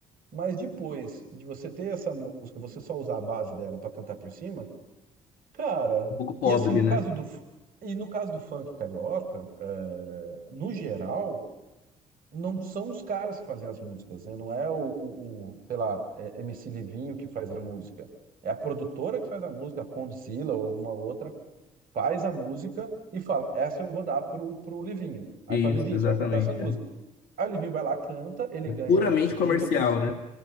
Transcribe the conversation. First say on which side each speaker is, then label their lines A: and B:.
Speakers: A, on the right (about 60°); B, on the left (about 70°).
A: Mas depois de você ter essa música, você só usar a base dela pra cantar por cima, cara.
B: Um pouco pobre,
A: E assim, no
B: né?
A: caso do e no caso do funk carioca, é, no geral, não são os caras que fazem as músicas, né? Não é o, o, o, sei lá, é MC Livinho que faz a música. É a produtora que faz a música, a Condzilla ou alguma outra, faz a música e fala, essa eu vou dar pro, pro Livinho. Aí
B: Isso,
A: fala, Livinho,
B: exatamente.
A: você vai cantar essa música.
B: É
A: Aí o Livinho vai lá, canta, ele
B: É
A: ganha,
B: puramente
A: não sei,
B: comercial,
A: 30%,
B: né?